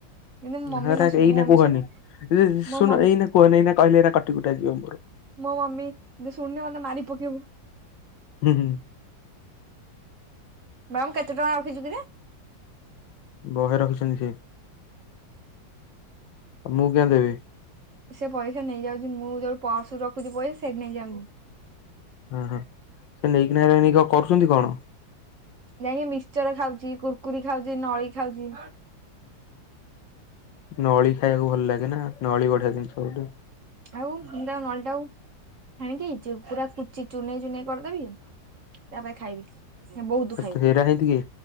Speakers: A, on the right; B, on the left.
A: ଯେମିତି ମୋ ମମି
B: ହେରା
A: ନଶୁଣୁ
B: ଏଇନା
A: ମୋ ମମି
B: କୁହନି
A: ଶୁଣିଲେ ମୋ
B: ଶୁଣ
A: ମମି
B: ଏଇନା କୁହନି ଏଇନା କହିଲେ ଏଇନେ କହିଲେ କଟିକୁଟା ଯିବ ମୋର।
A: ମୋ ମମି ଶୁଣିଲେ ମତେ ମାରି ପକେଇବ।
B: ହୁଁ ହୁଁ।
A: ମ୍ୟାାମ କେତେ ଟଙ୍କା ରଖିଛୁ କିରେ?
B: ବହେ ରଖିଛନ୍ତି ସେ ତମୁକୁ କିଆଁ ଦେବି।
A: ସେ ପଇସା ନେଇଯାଉଚି ମୁଁ ଯୋଉ ପର୍ସରୁ ରଖୁଛି ପଇସା ସେଠି ନେଇଯାଉଚି।
B: ହଁ ହଁ ସେ ନେଇକିନା ନେଇ କରୁଚନ୍ତି କଣ?
A: ନେଇକି ମିସଚର ଖାଉଚି, କୁର୍କୁରି ଖାଉଚି, ନଳି ଖାଉଚି।
B: ନଳି ଖାଇବାକୁ ଭଲ ଲାଗେ ନା, ନଳି ବଢିଆ ଜିନିଷ ଗୋଟେ।
A: ଆଉ ମୁଁ ଯଉ ନଳିଟା ଆଉ ଛାଣିକି ପୁରା କୁଚି ଚୁନେଇ, ଚୁନେଇ କରିଦେବି। ତାପରେ ଖାଇବି ବୋହୁତ
B: ହେରା
A: ଖାଇବି
B: ହେନ୍ତି କିଏ